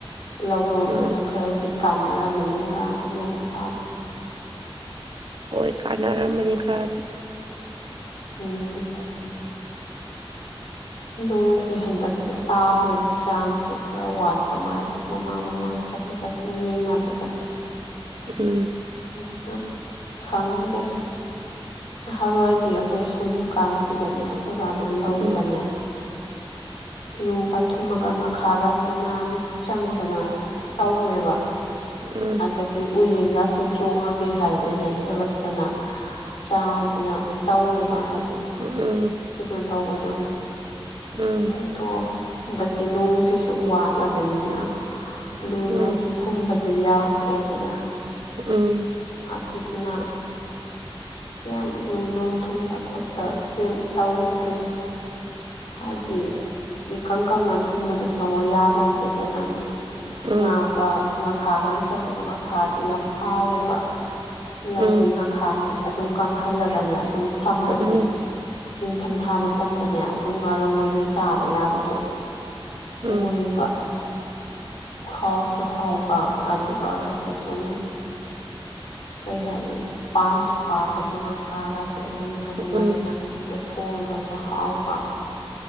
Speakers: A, on the left; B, on the right.
A: ꯂꯧꯔꯣꯝꯗꯁꯨ
B: ꯎꯝ
A: ꯈꯔꯗꯤ ꯀꯥꯟꯅꯔꯝꯃꯅꯤ ꯉꯔꯥꯡꯒꯤ ꯅꯣꯡ ꯈꯨꯇꯥꯗꯣ
B: ꯍꯣꯏ ꯀꯥꯟꯅꯔꯝꯃꯅꯤ ꯈꯔꯗꯤ
A: ꯎꯝ ꯅꯣꯡꯁꯦ ꯍꯟꯗꯛꯁꯦ ꯇꯥꯕꯗ ꯆꯥꯡꯁꯦ ꯈꯔ ꯋꯥꯠꯄ ꯃꯥꯜꯂꯤ ꯃꯃꯥꯡ ꯃꯃꯥꯡ ꯆꯍꯤꯒ ꯁꯨꯝ ꯌꯦꯡꯅꯕꯗ
B: ꯎꯝ
A: <unintelligible> ꯈꯪꯗꯦ ꯅꯍꯥꯟꯜꯋꯥꯏꯗꯤ ꯑꯩꯈꯣꯏ ꯁꯨꯝ ꯀꯥꯟꯁꯤꯗꯅꯦ ꯑꯩꯈꯣꯏꯕꯥꯅ ꯂꯧꯗꯅꯦ
B: ꯎꯝ
A: ꯑꯂꯨꯒ ꯊꯨꯝꯃꯒ ꯉꯥꯈꯥꯒꯁꯤꯡ ꯃꯌꯥꯝ ꯆꯪꯗꯅ ꯇꯧꯋꯦꯕ
B: ꯎꯝ
A: ꯑꯗꯒꯤ ꯎꯌꯦꯟ ꯉ ꯁꯤ ꯆꯣꯡꯉꯝꯃꯦ ꯍꯥꯏꯕꯩꯅ ꯍꯦꯜꯂꯛꯇꯅ ꯆꯥꯗꯅ ꯇꯧꯋꯦꯕ ꯍꯥꯏꯗꯤ
B: ꯎꯝ ꯎꯝ
A: ꯀꯩꯅꯣ ꯇꯧꯕꯗꯣ
B: ꯎꯝ
A: ꯑꯗꯣ ꯍꯟꯗꯛꯇꯤ ꯅꯣꯡꯁꯤꯁꯨ ꯋꯥꯠꯂꯕꯅꯤꯅ ꯂꯨ
B: ꯎꯝ
A: ꯅꯨꯡꯁꯨ ꯊꯨꯝꯕꯗꯨ ꯌꯥꯗ꯭ꯔꯦꯗꯅ
B: ꯎꯝ
A: ꯑꯗꯨꯗꯨꯅ ꯀꯌꯥꯝ ꯂꯨ ꯅꯨꯡ ꯊꯨꯝꯗ ꯈꯣꯠꯇ ꯀꯩꯝ ꯇꯧꯗ꯭ꯔꯤ ꯍꯥꯏꯗꯤ ꯏꯀꯪ ꯀꯪꯅ ꯊꯨꯝꯕꯗꯨꯁꯨ ꯑꯃꯨꯛ ꯌꯥꯕ ꯑꯣꯟꯗꯦꯗꯅ ꯃꯤ
B: ꯎꯝ
A: ꯉꯥꯒ ꯉꯥꯈꯥꯒ ꯆꯪꯕꯗꯣ ꯉꯥꯈꯥꯗꯨ ꯌꯥꯝ ꯍꯥꯎꯋꯦꯕ ꯂꯧꯒꯤ
B: ꯎꯝ
A: ꯉꯈꯥꯁ ꯑꯗꯨꯝ ꯀꯪꯍꯜꯂꯒꯅꯦ ꯑꯗꯨꯝ ꯊꯝꯕꯁꯤ
B: ꯎꯝ
A: ꯅꯤꯡꯊꯝꯊꯥ ꯃꯇꯝꯗꯅꯦ ꯑꯗꯨꯝ ꯉꯥꯔꯧ ꯑꯣꯏꯅ ꯆꯥꯕ ꯌꯥꯕꯗꯣ
B: ꯎꯝ
A: ꯑꯣꯏꯕ ꯍꯥꯎꯁꯨ ꯍꯥꯎꯕ ꯑꯗꯨꯒ ꯍꯥꯏꯗꯤ ꯁꯨꯝ ꯀꯩ ꯍꯥꯏꯅꯤ ꯄꯥꯝꯁꯨ ꯄꯥꯝꯕꯗꯨ ꯉꯈꯥꯒꯁꯦ ꯑꯗꯨꯝ ꯍꯥꯏꯗꯤ
B: ꯎꯝ
A: ꯃꯔꯣꯏ ꯅꯥꯀꯨꯞ ꯄꯤꯒ ꯊꯣꯡꯉꯒꯁꯨ ꯍꯥꯎꯕ